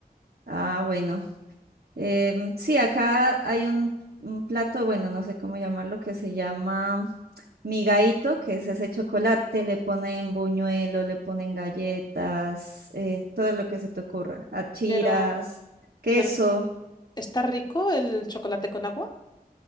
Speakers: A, on the right; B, on the left.
A: Ah, bueno. Em, sí, acá hay un, un plato, bueno, no sé cómo llamarlo, que se llama migaíto, que es ese chocolate, le ponen buñuelo, le ponen galletas, eh, todo lo que se te ocurra, achiras,
B: Pero,
A: queso.
B: pero ¿está rico el chocolate con agua?